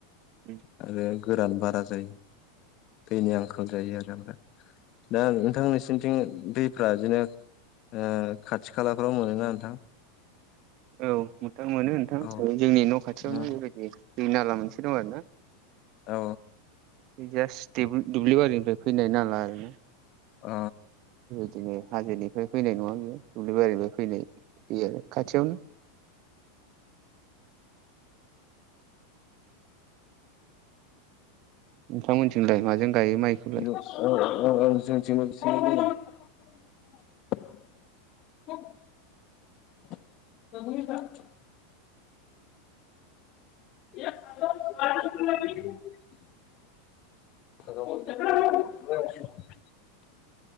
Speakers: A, on the right (about 50°); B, on the left (about 45°).
A: उम
B: आरो गोरान बारा जायो। दैनि आंखाल जायो आरो ओमफ्राय दा नोंथां नोंसोरनिथिं दैफ्रा बिदिनो ओ, खाथि खालाफ्राव मोनोना नोंथां?
A: औ नोंथां मोनो नोंथां।
B: औ
A: जोंनि न' खाथियावनो
B: औ
A: बेबायदि दै नाला मोनसे दं आरो ना।
B: औ।
A: बे जास्ट दो- दुब्लि बारिनिफ्राय फैनाय नाला ओरोना।
B: ओ
A: बिदिनो हाजोनिफ्राय फैनाय नङा बेयो, दुब्लि बारिनिफ्राय फैनाय दै आरो खाथियावनो <unintelligible> नोंथांमोनथिंलाय माजों गायो
B: <unintelligible>
A: माइखौलाय
B: <unintelligible> <unintelligible> <unintelligible>